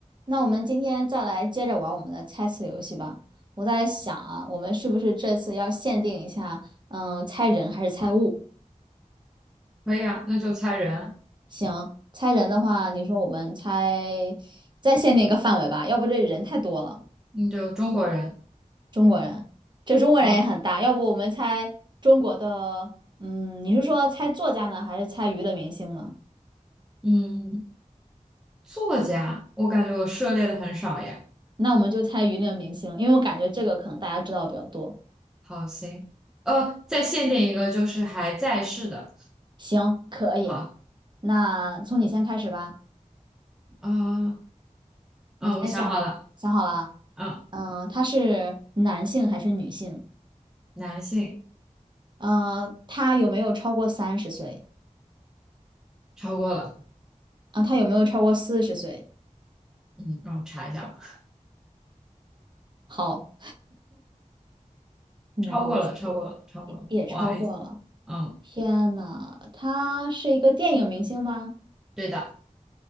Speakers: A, on the right; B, in the centre.
A: 那我们今天再来接着玩我们的猜词游戏吧。我在想啊，我们是不是这次要限定一下，嗯，猜人还是猜物？
B: 可以啊，那就猜人，
A: 行，猜人的话，你说我们猜，再限定一个范围吧，要不这人太多了。
B: 那就中国人
A: 中国人，这中国人也很大，
B: 啊，
A: 要不我们猜中国的，嗯，你是说猜作家呢，还是猜娱乐明星呢？
B: 嗯，作家，我感觉我涉猎的很少耶。
A: 那我们就猜娱乐明星，因为我感觉这个可能大家知道比较多。
B: 好，行，呃，再限定一个，就是还在世的。
A: 行，可以，
B: 好，
A: 那从你先开始吧。
B: 呃，啊，
A: 你先想一个，
B: 我想好了，
A: 想好了啊？
B: 嗯，
A: 嗯、他是男性还是女性？
B: 男性，
A: 呃，他有没有超过三十岁？
B: 超过了，
A: 啊、他有没有超过四十岁？
B: 嗯，让我查一下吧，
A: 好，男性
B: 超过了，超过了，超过了，
A: 也超过了。
B: 不好意思，嗯，
A: 天呐，他是一个电影明星吗？
B: 对的，